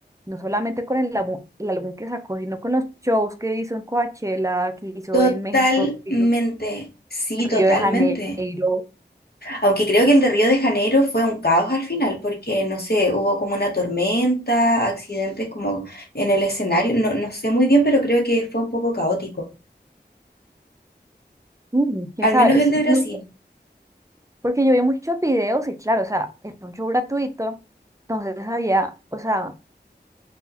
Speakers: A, on the right (about 20°); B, on the left (about 60°).
A: no solamente con el álbum, el álbum que sacó, sino con los shows que hizo en Coachella, que hizo
B: Totalmente,
A: en México, que hizo
B: sí,
A: en Río
B: totalmente.
A: de Janeiro.
B: Aunque creo que el de Río de Janeiro fue un caos al final, porque no sé, hubo como una tormenta, accidentes como en el escenario, no, no sé muy bien, pero creo que fue un poco caótico.
A: Mm, quién
B: Al
A: sabe,
B: menos el
A: Es-
B: de
A: es-
B: Brasil.
A: no sé, porque yo vi muchos videos y claro, o sea, era un show gratuito, entonces había, o sea,